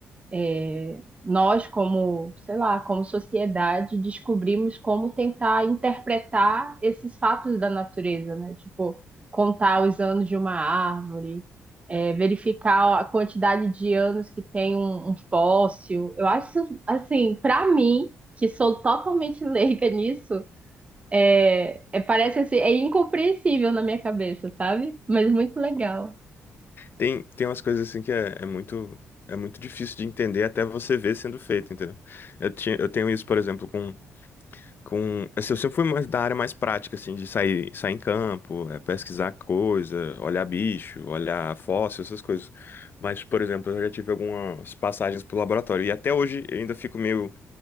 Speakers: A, on the right; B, on the left.
A: é, nós, como, sei lá, como sociedade, descobrimos como tentar interpretar esses fatos da natureza, né? Tipo, contar os anos de uma árvore, é, verificar a quantidade de anos que tem um, um fóssil. Eu acho, assim, para mim, que sou totalmente <laughs> leiga nisso, é, é, parece assim, é incompreensível na minha cabeça, sabe? Mas muito legal.
B: Tem, tem umas coisas assim que é, é muito é muito difícil de entender até você ver sendo feito, entendeu? Eu tinha, eu tenho isso, por exemplo, com com assim, eu sempre fui mais da área mais prática assim, de sair sair em campo, é, pesquisar coisa, olhar bicho, olhar fóssil, essas coisas. Mas, por exemplo, eu já tive algumas passagens pro laboratório e até hoje eu ainda fico meio